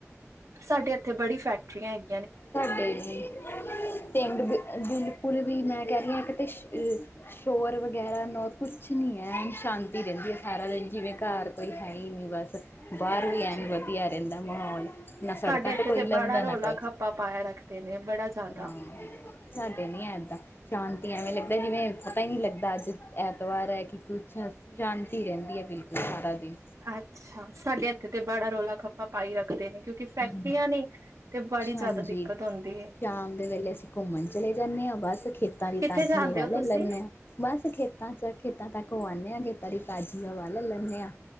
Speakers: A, on the right; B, on the left.
A: ਸਾਡੇ ਇੱਥੇ ਬੜੀ ਫੈਕਟਰੀਆਂ ਹੈਗ
B: ਸਾਡੇ ਲਈ ਪਿੰਡ ਬਿਲਕੁਲ ਵੀ ਮੈਂ ਕਹਿ ਰਹੀ ਹਾਂ ਕਿ ਤਾਂ ਸ਼ ਸ਼ੋਰ ਵਗੈਰਾ ਨੋ ਕੁਛ ਨਹੀਂ ਹੈ ਸ਼ਾਂਤੀ ਰਹਿੰਦੀ ਹੈ ਸਾਰਾ ਦਿਨ ਜਿਵੇਂ ਘਰ ਕੋਈ ਹੈ ਹੀ ਨਹੀਂ ਬਸ ਬਾਹਰ ਵੀ
A: ਅੱਛਾ
B: ਐਨ ਵਧੀਆ ਰਹਿੰਦਾ ਦਾ ਮਾਹੌਲ ਨਾ ਸੜਕਾਂ
A: ਸਾਡੇ ਇੱਥੇ
B: ਕੋਈ
A: ਤੇ
B: ਲੱਭਦਾ
A: ਬੜਾ ਰੋਲਾ
B: ਨਾ ਕੁਛ
A: ਖੱਪਾ ਪਾਇਆ ਰੱਖਦੇ ਨੇ ਬੜਾ ਜ਼ਿਆਦਾ
B: ਹਾਂ ਸਾਡੇ ਨੀ ਹੈ ਇਦਾਂ ਸ਼ਾਂਤੀ ਐਵੇਂ ਲੱਗਦਾ ਜਿਵੇਂ ਪਤਾ ਹੀ ਨਹੀਂ ਲੱਗਦਾ ਅੱਜ ਐਤਵਾਰ ਹੈ ਕਿ ਕੁੱਛ ਸ਼ਾਂ ਰਹਿੰਦੀ ਹੈ ਬਿਲਕੁਲ ਸਾਰਾ ਦਿਨ
A: ਅੱਛਾ ਸਾਡੇ ਹੱਥੇ ਤੇ ਬੜਾ ਰੌਲਾ ਖੱਪਾ ਪਾਾਈ ਰੱਖਦੇ ਨੇ ਕਿਉਂਕਿ ਫੈਕਟਰੀਆਂ
B: ਹ
A: ਨੇ ਤੇ ਬੜੀ ਜ਼ਿਆਦਾ
B: ਹਾਂਜੀ
A: ਦਿੱਕਤ ਹੁੰਦੀ ਏ
B: ਸ਼ਾਮ ਦੇ ਵੇਲੇ ਅਸੀਂ ਘੁੰਮਣ ਚਲੇ ਜਾਂਦੇ ਹਾਂ ਬਸ ਖੇਤਾਂ ਦੀ
A: ਕਿੱਥੇ
B: ਤਾਜ਼ੀ
A: ਜਾਂਦੇ
B: ਹਵਾ
A: ਹੋ
B: ਲੈ
A: ਤੁਸੀਂ
B: ਲੈਂਦੇ ਹਾਂ ਬਸ ਖੇਤਾਂ ਚ ਖੇਤਾਂ ਤੱਕ ਹੋ ਆਉਂਦੇ ਹਾਂ ਖੇਤਾਂ ਦੀ ਤਾਜ਼ੀ ਹਵਾ ਲੈ ਲੈਂਦੇ ਹਾਂ